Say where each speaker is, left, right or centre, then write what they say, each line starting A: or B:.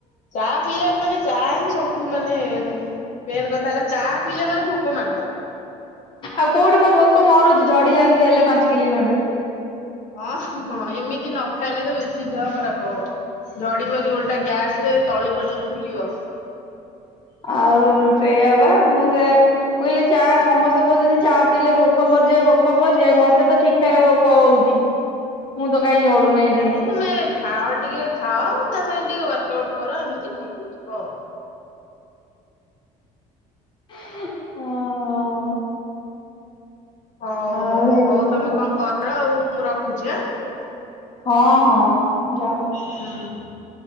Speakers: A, on the left; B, on the left.
A: ଚା ପିଇଲା ମାନେ ଚା ହିଁ ସବୁଠୁ ମାନେ। ମେନ୍ କଥା ହେଲା ଚା ପିଇଲା ମାନେ ଭୋକ ମାଦ
B: ଆଉ କୋଉଠି ମୋ ଭୋକ ମରୁଚି ଝଡି ଯାଆନ୍ତି ହେଲେ ପାଞ୍ଚ୍ କିଲେ ଖଣ୍ଡେ।
A: ହଁ ହଁ ହଁ ଏମିତି ନ ଖାଇଲେ ତ ବେଶୀ ଦେହ ଖରାପ ହବ। ଝଡିବନି ଓଲ୍ଟା ଗ୍ୟାସ୍ ରେ ତଳି ପଟୁରୁ ବୁଲିବ।
B: ଆଉ ସେୟା ବା ମୁଁ ସେୟା ମୁଁ କଇଲି ଚା ସମସ୍ତେ କୋଉଚନ୍ତି ଚା ପିଲେ ଭୋକ ମର୍ଯାଏ ଭୋକ ମର୍ଯାଏ ମତେ ତ ଠିକ୍ ଠାକ୍ ଭୋକ ହୋଉଚି ମୁଁ ତ କାଇଁ ଝଡୁନେଇଁ?
A: ନାଇଁ ତମେ ଖାଅ ଟିକେ ଖାଅ ତା ସାଙ୍ଗେ ଟିକେ ୱାର୍କ ଆଉଟ୍ କର ଏମିତି ଠିକ୍ ହେଇଯିବ।
B: ଉଁ ହଁ ହଁ।
A: ହଉ
B: ଆଉ
A: ହୋଉ
B: ଏଇଭଳିଆ
A: ହୋଉ ତମେ
B: ଆଉ।
A: କଣ୍ କର ଆଉ ମୁଁ ରଖୁଚି ଆଁ?
B: ହଁ ହଁ ଯାଅ।
A: ହୁଁ।